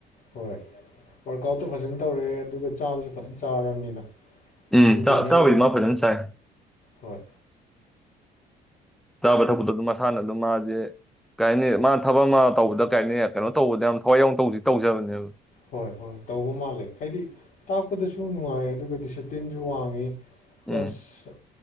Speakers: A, on the left (about 55°); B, in the centre.
A: ꯍꯣꯏ ꯋꯥꯔꯛ ꯑꯥꯎꯠꯇꯣ ꯐꯖꯅ ꯇꯧꯔꯦ ꯑꯗꯨꯒ ꯆꯥꯕꯁꯨ ꯐꯖ ꯆꯥꯔꯕꯅꯤꯅ
B: ꯎꯝ
A: ꯑꯗꯨꯝ ꯏꯝꯄ꯭ꯔꯨꯚꯃꯦꯟ
B: ꯆꯥꯕꯗꯤ
A: ꯂꯩꯔꯤꯗꯣ
B: ꯃꯥ ꯐꯖꯅ ꯁꯥꯏ
A: ꯍꯣꯏ
B: ꯆꯥꯕ ꯊꯛꯄꯗꯣ ꯑꯗꯨꯝ ꯃꯁꯥꯅ ꯑꯗꯨꯝ ꯃꯥꯁꯦ ꯀꯩꯅꯤ ꯃꯥ ꯊꯕꯛ ꯑꯃ ꯇꯧꯕꯗ ꯀꯥꯏꯅꯤ ꯀꯩꯅꯣ ꯇꯧꯕꯗ ꯌꯥꯝ ꯊꯋꯥꯏ ꯌꯥꯎꯅ ꯇꯧꯗꯤ ꯇꯧꯖꯕꯅꯦꯕ
A: ꯍꯣꯏ ꯍꯣꯏ ꯇꯧꯕ ꯃꯥꯜꯂꯦ ꯍꯥꯏꯗꯤ ꯇꯥꯛꯄꯗꯁꯨ ꯅꯨꯡꯉꯥꯏ ꯑꯗꯨꯒ ꯗꯤꯁꯤꯄ꯭ꯂꯤꯟꯁꯨ ꯋꯥꯡꯉꯤ ꯄ꯭ꯂꯁ
B: ꯎꯝ